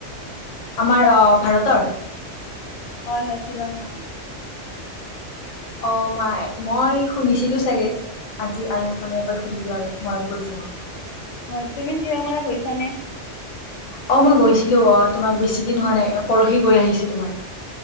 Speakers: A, on the left; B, on the left.
A: আমাৰ ভাৰতৰ
B: হয় হয় শ্বিলঙ হয়
A: অ মই মই শুনিছিলোঁ চাগে আজি আৰু মানে এবাৰ শুনিলোঁ আৰু মনত পৰিছে অ।
B: হয় তুমি শ্বিলঙলৈ গৈছানে
A: অ মই গৈছিলো অ তোমাৰ বেছি দিন হোৱা নাই পৰহি গৈ আহিছে তোমাৰ।